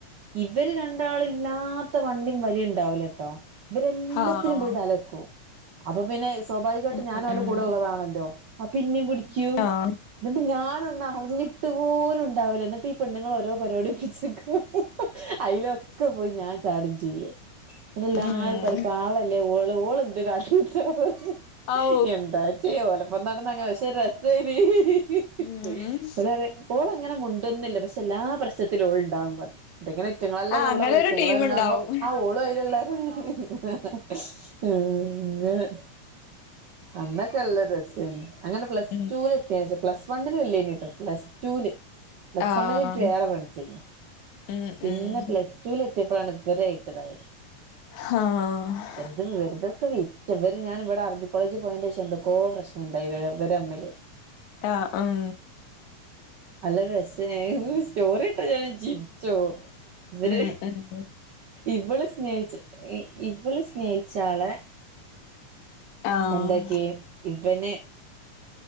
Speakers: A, on the right (about 60°); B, on the left (about 65°).
A: ഇവര് രണ്ടാളും ഇില്ലാത്ത വണ്ടിയും വലയും ഉണ്ടാവൂല്ലട്ടോ ഇവരെല്ലത്തിനും
B: ആഹ്
A: പോയി തലക്കും അപ്പൊ പിന്നെ സ്വാഭാവികമായിട്ട്
B: ഉം
A: ഞാനോലെ
B: ഉം
A: കൂടെ ഉള്ളതാണല്ലോ ആ പിന്നിം പുടിക്യു
B: ആഹ്
A: ഇന്നിട്ട് ഞാനൊന്ന അറിഞ്ഞിട്ടുപോലും ഉണ്ടാവൂല ഇന്നിട്ട് ഈ പെണ്ണുങ്ങള് ഓരോ പരിപാടിപ്പിച്ചേക്കും അയിലൊക്കെ പോയി ഞാൻ ചാടും ചെയ്യും ന്നിട്ട്ല്ലാരും
B: ഉം ഉം
A: പറിം പാവല്ലേ ഓള് ഓള് എന്ത് കാട്ടിട്ടാ പ
B: ഔ
A: എന്താ ചെയ്യ ഓലപ്പം നടന്നങ്ങനെ പക്ഷെ രസെനി ഹി ഹി
B: ഉം
A: ട്ട് പറയും ഓള് അങ്ങനെ മുണ്ടൊന്നില്ല പക്ഷെ എല്ലാ പ്രശ്നത്തിലും ഓള് ഉണ്ടാവും പറി ഇതങ്ങനെ ഇറ്റങ്ങളല്ലേ
B: ആ
A: കൂടെള്ള
B: അങ്ങനെ ഒരു
A: റ്റങ്ങൾ
B: ടീം
A: ഉണ്ടാക്പോ
B: ഉണ്ടാവും
A: ആഹ് ഓളും അതിലുള്ളാര ഉം അങ്ങനെ അന്നക്കെ നല്ല രസേനി അങ്ങനെ പ്ലസ്
B: ഉം
A: ടുൽ എത്തിയ പ്ലസ് ലെനി ട്ടോ പ്ലസ് റ്റൂല് പ്ലസ്
B: ആഹ്
A: വണില് ഇന്ക്ക് വേറെ ഫ്രണ്സെ നി
B: ഉം
A: പിന്നെ
B: ഉം
A: പ്ലസ് റ്റൂല് എത്തിപ്പളാണ് വിവരെ ഇട്ടതായത്
B: ആഹ്
A: വറുതെ വെുതെകെ വിറ്റ ഇവര് ഞാന് ഇവിടെ അരബി കോളേജ് പോയേന്റെ ശേഷം എന്തൊക്കോ പ്രശ് ഇണ്ടായി <unintelligible> മിൽ
B: ആഹ് ഉം
A: അല്ല രസ സ്റ്റോറി ഇട്ട് ഞാൻ ചിരിച്ചോവും ഇവര്
B: ഉം ഉം
A: ഇവള് സ്നേഹിച്ച ഇവള് സ്നേഹിച്ചാളെ
B: ആഹ്
A: എന്തൊക്കെ ഇവന്